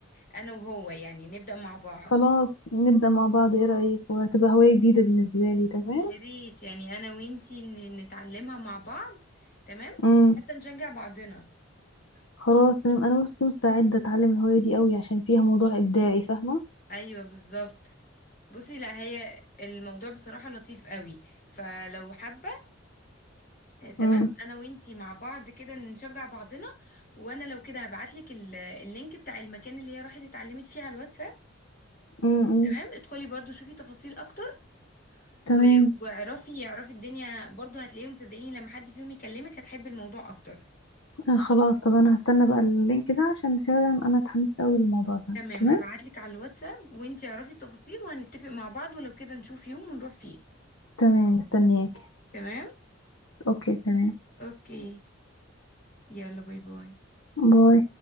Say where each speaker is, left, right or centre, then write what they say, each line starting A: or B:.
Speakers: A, on the left; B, on the left.
A: انا وهو يعني نبدا مع بعض
B: خلاص نبدأ مع بعض ايه رأيك وهتبقى هواية جديدة بالنسبة لي تمام
A: يا ريت يعني انا وانتي ن- نتعلمها مع بعض تمام
B: امم
A: حتى نشجع بعضنا
B: خلاص تمام انا بس مستعدة اتعلم الهواية دي قوي عشان فيها موضوع ابداعي فاهمة
A: ايوه بالظبط بصي لا هي الموضوع بصراحه لطيف قوي فلو حابه آه، تمام
B: امم
A: انا وانتي مع بعض كده نشجع بعضنا وانا لو كده هبعتلك ال- اللينك بتاع المكان اللي هي راحت اتعلمت فيه على الواتساب
B: امم
A: تمام ادخلي برضو شوفي تفاصيل اكتر و...
B: تمام
A: واعرفي اعرفي الدنيا برضو هتلاقيهم صدقيني لما حد فيهم يكلمك هتحبي الموضوع اكتر
B: آه خلاص طب انا هستنى بقى اللينك ده عشان فعلا انا اتحمست قوي للموضوع ده
A: تمام
B: تمام
A: هبعتلك على الواتساب وانتي اعرفي التفاصيل وهنتفق مع بعض ولو كده نشوف يوم ونروح فيه
B: تمام مستنياك
A: تمام
B: اوكي تمام
A: اوكي يلا باي باي
B: باي